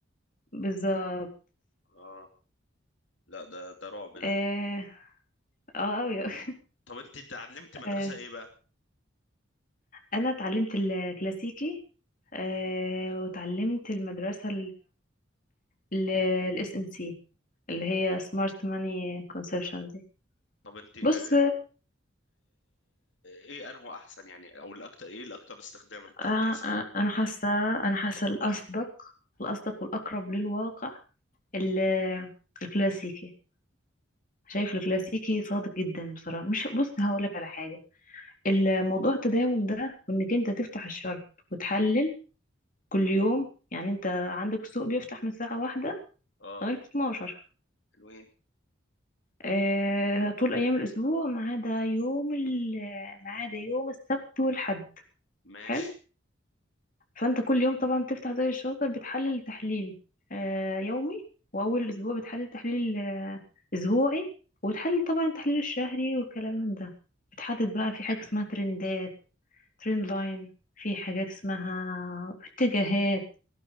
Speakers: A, on the left; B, on the left.
A: بالظبط
B: اه لا ده ده رعب
A: اه
B: ده
A: اه أوي. <laughs>
B: طب انت اتعلمت مدرسة
A: آه
B: ايه بقى
A: انا اتعلمت الكلاسيكي آه وتعلمت المدرسه الاس ام سي اللي هي سمارت ماني كونسبشن دي
B: طب انت ايه
A: بص
B: ايه انه احسن يعني او الاكتر ايه الاكتر استخداما للكسر
A: آه آه انا حاسه انا حاسه الاصدق الاصدق والاقرب للواقع ال- الكلاسيكي شايف الكلاسيكي صادق جدا بصراحة مش بص هقولك على حاجة الموضوع التداول ده وانك انت تفتح الشرط وتحلل كل يوم يعني انت عندك السوق بيفتح من الساعة واحدة
B: اه
A: لغاية 12
B: حلوين
A: اه طول ايام الاسبوع ما عدا يوم ال- ما عدا يوم السبت والحد
B: ماشي
A: حلو فانت كل يوم طبعا بتفتح زي الشاطر بتحلل تحليل آه يومي واول اسبوع بتحلل تحليل آه اسبوعي وبتحلل طبعا التحليل الشهري والكلام من ده بتحدد بقى في حاجة اسمها ترندات ترند لاين في حاجات اسمها اتجاهات